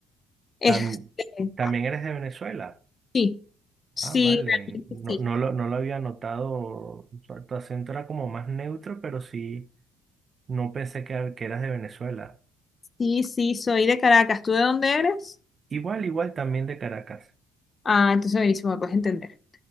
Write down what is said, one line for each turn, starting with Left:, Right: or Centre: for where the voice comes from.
Left: Este,
Right: Tam- ¿También eres de Venezuela?
Left: sí, sí,
Right: Ah, vale,
Left: realmente
Right: no,
Left: sí.
Right: no lo, no lo había notado, tu, tu acento era como más neutro, pero sí, no pensé que, que eras de Venezuela.
Left: Sí, sí, soy de Caracas. ¿Tú de dónde eres?
Right: Igual, igual también de Caracas.
Left: Ah, entonces buenísimo, me puedes entender.